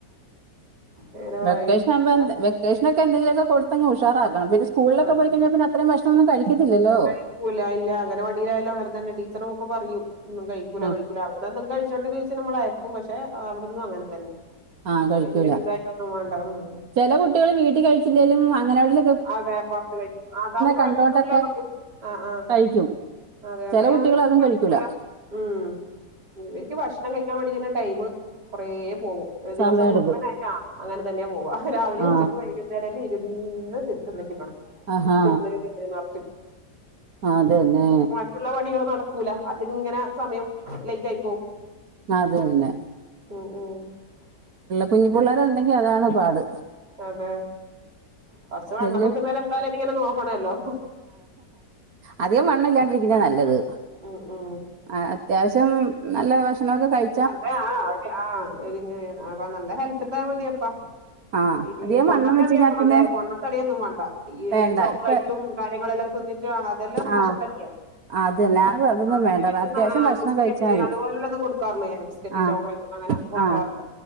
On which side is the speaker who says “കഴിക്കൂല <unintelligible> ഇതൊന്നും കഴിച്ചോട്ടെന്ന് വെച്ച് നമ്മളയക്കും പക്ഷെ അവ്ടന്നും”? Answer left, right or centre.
Right